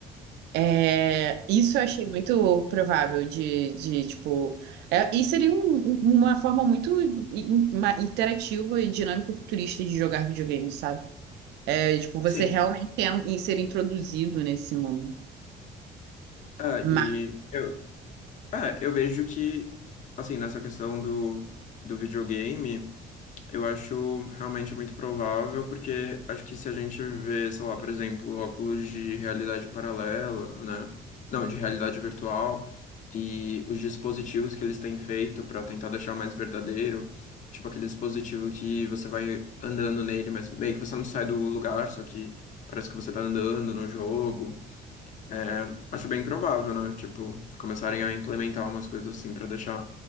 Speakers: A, on the right; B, on the left.
A: É, isso eu achei muito provável de, de tipo. É, e seria um- um, uma forma muito in- ma- interativa e dinâmica e futurista de jogar videogame, sabe? É, tipo, você
B: sim.
A: realmente é um, em ser introduzido nesse mundo.
B: Ah,
A: Mas,
B: e eu, ah, eu vejo que, assim, nessa questão do, do videogame. Eu acho realmente muito provável, porque acho que se a gente vê, sei lá, por exemplo, óculos de realidade paralela, né? Não, de realidade virtual, e os dispositivos que eles têm feito para tentar deixar mais verdadeiro, tipo aquele dispositivo que você vai andando nele, mas meio que você não sai do lugar, só que parece que você tá andando no jogo. É, acho bem provável, né? Tipo, começarem a implementar umas coisas assim para deixar